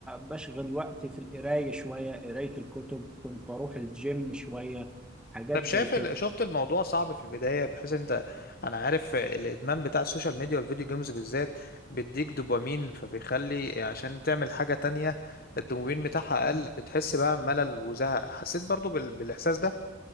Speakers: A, in the centre; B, on the left.
A: بشغل وقتي في القرايه شويه قرايه الكتب كنت بروح الجيم شويه حاجات
B: طب
A: زي
B: شايف
A: كده
B: ال- شفت الموضوع صعب في البداية بحيث انت انا عارف الادمان بتاع السوشيال ميديا والفيديو جيمز بالذات بيديك دوبامين فبيخلي عشان تعمل حاجة تانية الدوبامين بتاعها اقل بتحس بقى ملل وزهق حسيت برضو بال... بالاحساس ده